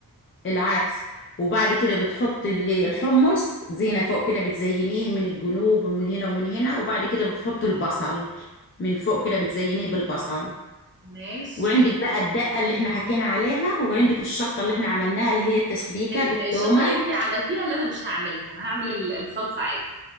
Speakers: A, on the left; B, on the right.
A: العدس وبعد كده بتحط ال- الحمص زينة فوق كده بتزينيه من الجنوب ومن هنا ومن هنا وبعد كده بتحط البصل من فوق كده بتزينيه بالبصل
B: ماشي
A: وعندك بقى الدقة اللي احنا حكينا عليها وعندك الشطة اللي احنا عملناها اللي هي التسبيكة
B: ال-
A: بالتومة
B: الشطه اللي انت عملتيها اللي انا مش هعملها انا هعمل ال- الصلصه عادي